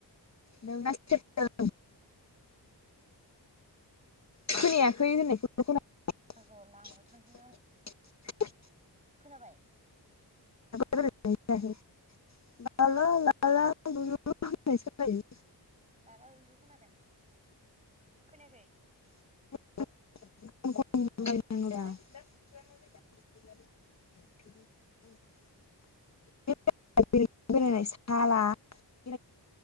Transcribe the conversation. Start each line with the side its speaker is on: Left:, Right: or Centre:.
Left: नोंनासो <unintelligible> खोनायाखै होननाय <unintelligible> खोनादों <unintelligible>
Right: र' लामायाव थांदोंनो आङो खोनाबाय?
Left: <unintelligible> ला ला ला लु लु होननायसो खोनायो
Right: लाला लुलु खोनादों खोनायाखै?
Left: <unintelligible>
Right: हो
Left: <inaudible> <unintelligible> साला <unintelligible>